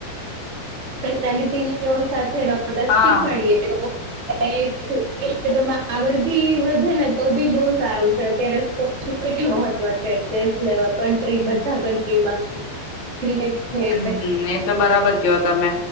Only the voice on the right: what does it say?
તની તની સાથે રમતા
શીખવાડીએ ક્ષેમાં આગળ બી વધે ને તો બી બહ સારું છે અત્યારે સ્પોર્ટ કેટલું મહત્વ છે દેશ લેવાલ કન્ટ્રી બધા કન્ટ્રીમાં ક્રિકેટ. છે
પછી